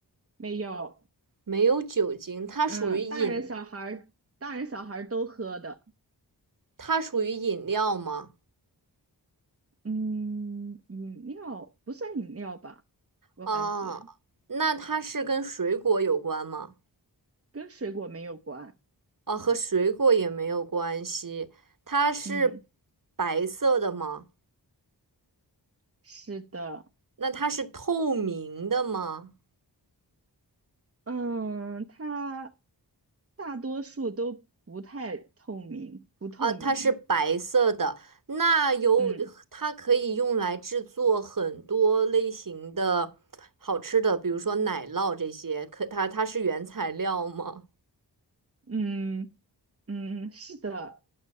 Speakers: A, on the right (about 35°); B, on the right (about 50°).
A: 没有，
B: 没有酒精，它属于饮，
A: 嗯，大人小孩儿，大人小孩儿都喝的。
B: 它属于饮料吗？
A: 嗯，饮料不算饮料吧，我感觉
B: 啊，那它是跟水果有关吗？
A: 跟水果没有关。
B: 哦，和水果也没有关系。它是
A: 嗯，
B: 白色的吗？
A: 是的，
B: 那它是透明的吗？
A: 嗯，它大多数都不太透明，不透明。
B: 啊，它是白色的，那有，
A: 嗯
B: 它可以用来制作很多类型的好吃的，比如说奶酪这些。可它它是原材料吗？
A: 嗯嗯，是的，